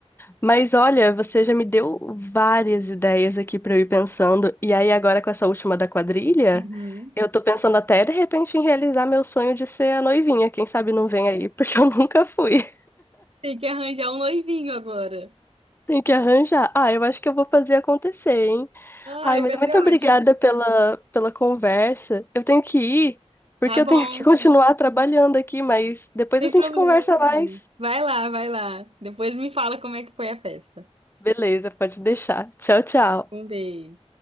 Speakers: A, on the left; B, on the right.
A: Mas olha, você já me deu várias ideias aqui pra eu ir pensando. E aí, agora com essa última da quadrilha,
B: Uhum.
A: eu tô pensando até de repente em realizar meu sonho de ser a noivinha. Quem sabe não vem aí, porque eu <laughs> nunca fui.
B: Tem que arranjar um noivinho agora.
A: Tem que arranjar. Ah, eu acho que eu vou fazer acontecer, hein? Ai,
B: Ai,
A: mas
B: vai
A: muito
B: ser ótimo.
A: obrigada pela, pela conversa. Eu tenho que ir, porque
B: Tá bom,
A: eu tenho que <laughs> continuar
B: sem,
A: trabalhando aqui, mas depois
B: sem
A: a gente
B: problema.
A: conversa mais.
B: Vai lá, vai lá. Depois me fala como é que foi a festa.
A: Beleza, pode deixar. Tchau, tchau.
B: Um beijo.